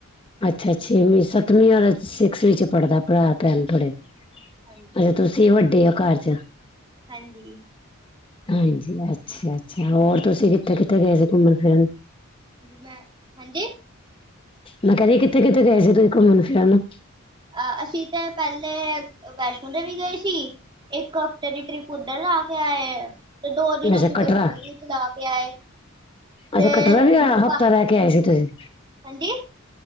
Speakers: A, on the left; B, on the right.
A: ਅੱਛਾ ਛੇਵੀਂ ਸੱਤਵੀਂ ਆਲੇ ਸਿਕਸ ਵਿਚ ਪੜਦੈ ਭਰਾ-ਭੈਨ ਥੋਡੇ। ਅੱਛਾ,
B: ਹਾਂਜੀ
A: ਤੁਸੀਂ ਵੱਡੇ ਓ ਘਰ ਚ।
B: ਹਾਂਜੀ।
A: ਹਾਂਜੀ ਅੱਛਾ- ਅੱਛਾ ਹੋਰ ਤੁਸੀ ਕਿੱਥੇ-ਕਿੱਥੇ ਗਏ ਸੀ ਘੁੰਮਨ ਫਿਰਨ?
B: ਮੈ ਹਾਂਜੀ?
A: ਮੈ ਕੈ ਰੀ ਕਿੱਥੇ-ਕਿੱਥੇ ਗਏ ਸੀ ਤੁਸੀ ਘੁੰਮਨ - ਫਿਰਨ?
B: ਅ ਅਸੀ ਤੇ ਪੈਲੇ ਵੈਸ਼ਨੋ ਦੇਵੀ ਗਏ ਸੀ। ਇੱਕ ਹਫਤੇ ਦੀ ਟ੍ਰਿਪ ਉੱਧਰ ਲਾ ਕੇ ਆਏ ਐ। ਤੇ ਦੋ ਦਿਨ
A: ਅੱਛਾ
B: ਅਸ਼ੀ
A: ਕਟਰਾ
B: ਕਸ਼ਮੀਰ ਵਿੱਚ ਲਾ ਕੇ ਆਏ। ਤੇ
A: ਅਛਾ ਕਟਰਾ ਵੀ ਆ ਹਫਤਾ
B: ਪੰਜ
A: ਰੈ ਕੇ ਆਏ ਸੀ ਤੁਸੀ?
B: ਹਾਂਜੀ